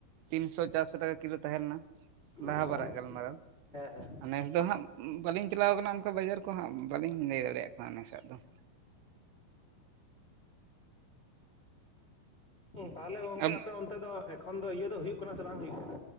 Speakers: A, on the right; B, on the left.
A: ᱛᱤᱱᱥᱚ ᱪᱟᱨᱥᱚ ᱴᱟᱠᱟ ᱠᱤᱞᱳ ᱛᱟᱦᱮᱸ ᱞᱮᱱᱟ
B: ᱦᱩᱸ
A: ᱞᱟᱦᱟ
B: ᱚ
A: ᱵᱟᱨᱟᱜ ᱜᱟᱞᱢᱟᱨᱟᱣ ᱾
B: ᱦᱮᱸ ᱦᱮᱸ
A: ᱱᱮᱥ ᱫᱚ ᱦᱟᱸᱜ ᱵᱟᱹᱞᱤᱧ ᱪᱟᱞᱟᱣ ᱠᱟᱱᱟ ᱚᱱᱠᱟ ᱵᱟᱡᱟᱨ ᱠᱚ ᱦᱟᱸᱜ ᱵᱟᱹᱞᱤᱧ ᱞᱟᱹᱭ ᱫᱟᱲᱮᱭᱟᱜ ᱠᱟᱱᱟ ᱱᱮᱥᱟᱜ ᱫᱚ ᱾
B: ᱛᱟᱦᱞᱮ ᱜᱚᱢᱠᱮ
A: ᱟᱵ
B: ᱟᱯᱮ ᱚᱱᱛᱮ ᱫᱚ ᱮᱠᱷᱚᱱ ᱫᱚ ᱤᱭᱟᱹ ᱫᱚ ᱦᱩᱭᱩᱜ ᱠᱟᱱᱟ ᱥᱮ ᱵᱟᱝ ᱦᱩᱭᱩᱜ